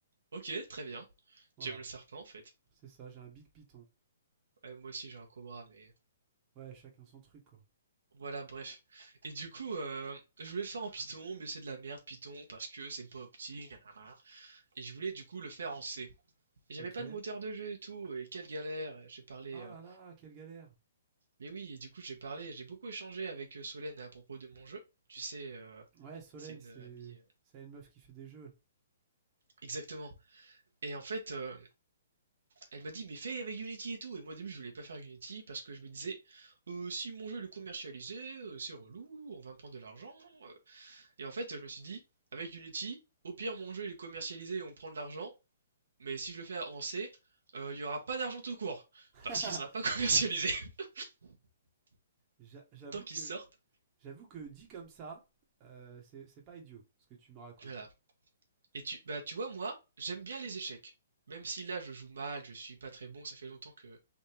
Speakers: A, on the right; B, on the right.
A: Ok, très bien.
B: Voilà.
A: Tu aimes le serpent en fait.
B: C'est ça, j'ai un big piton.
A: Ouais, moi aussi, j'ai un cobra, mais
B: Ouais, chacun son truc, quoi.
A: Voilà, bref. Et du coup, euh, je voulais le faire en Python, mais c'est de la merde Python parce que c'est pas opti, nanana. Et je voulais du coup le faire en C. Et j'avais
B: Ok.
A: pas
B: Ah
A: de moteur de jeu et tout, et quelle galère. J'ai parlé,
B: là
A: euh,
B: là, quelle galère.
A: mais oui, et du coup j'ai parlé, j'ai beaucoup échangé avec euh, Solène à propos de mon jeu. Tu sais, euh,
B: Ouais, Solène,
A: c'est une
B: c'est...
A: euh, amie. euh,
B: C'est une meuf qui fait des jeux.
A: Exactement. Et en fait, euh, elle m'a dit, mais fais avec Unity et tout. Et moi au début je voulais pas faire Unity parce que je me disais, Euh, si mon jeu il est commercialisé, euh, c'est relou, on va me prendre de l'argent. euh, Et en fait, je me suis dit, avec Unity, au pire, mon jeu il est commercialisé et on prend de l'argent, mais si je le fais en C, euh, il n'y aura pas d'argent tout court,
B: <laughs>
A: parce qu'il ne sera pas commercialisé <laughs>
B: J'a- J'avoue
A: tant qu'il
B: que
A: sorte.
B: J'avoue que dit comme ça, euh, c'est c'est pas idiot ce que tu me racontes
A: Voilà.
B: là.
A: Et tu, bah, tu vois, moi, j'aime bien les échecs. Même si là, je joue mal, je suis pas très bon, ça fait longtemps que.